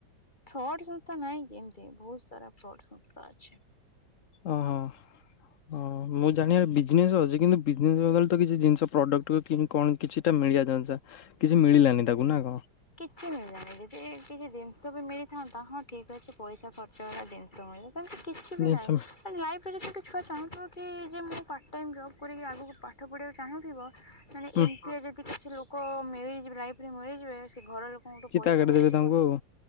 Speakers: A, on the left; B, on the left.
A: ଫ୍ରଡ଼୍ ସଂସ୍ଥା ନାହିଁ କି ଏମିତି ବହୁତ ସାରା ଫ୍ରଡ଼୍ ସଂସ୍ଥା ଅଛି।
B: ଓହୋ ହଁ ମୁଁ ଜାଣିବାରେ
A: ହୁଁ।
B: ବିଜନେସ୍ ଅଛି କିନ୍ତୁ ବିଜନେସ୍ ବଦଳେ ତ କିଛି ଜିନିଷ ପ୍ରଡକ୍ଟ କି କଣ କିଛିଟା ମିଳିବା ଜନିଷ। କିଛି ମିଳିଲାନି ତାକୁ ନା କଣ?
A: କିଛି ମିଳିଲାଣିି ଯଦି ଟିକେ ଜିନିଷ ବି ମିଳିଥାନ୍ତା ହଁ ଠିକ ଅଛି ପଇସା ଖର୍ଚ୍ଚ ହେଲା ଜିନିଷ ମିଳୀ ସେମିତି କିଛି
B: ଜିନିଷ
A: ବି ନାହିଁ। ଲାଇଫ୍ରେ ଯଦି ଗୋଟେ ଛୁଆ ଚାହୁଁଥିବ କି ଯେ ମୁଁ ପାର୍ଟ ଟାଇମ୍ ଜବ୍ କରିକି ଆଗକୁ ପାଠ ପଢ଼ିବାକୁ ଚାହୁଁଥିବ ମାନେ
B: ହୁଁ
A: ଏମିତିରେ ଯଦି କିଛି ଲୋକ ମିଲିଯିବେ ଲାଇଫରେ ମିଳିଯିବେ ସେ ଘର ଲୋ ତମଠୁ
B: ଚିତା
A: ପଇସା
B: କାଟିଦେବେ
A: ନେଇଯିବ
B: ତାଙ୍କୁ ଆଉ।